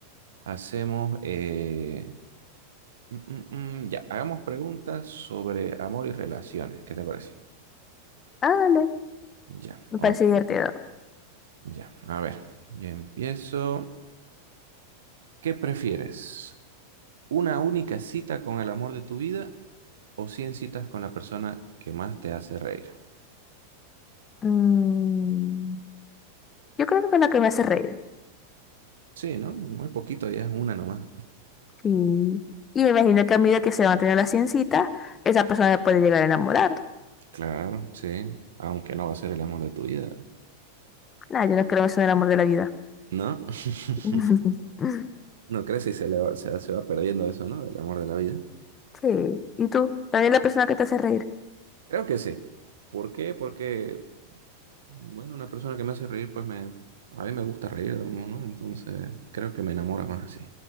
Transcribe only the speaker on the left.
Ah, dale.
Me
parece divertido.
Mm, yo creo que con la que me hace reír.
Sí. Y me imagino que a medida que se van a tener las ciencitas, esa persona me puede llegar a enamorar.
Nada, yo no creo eso en el amor de la vida.
<laughs>
Sí. ¿Y tú? ¿También la persona que te hace reír?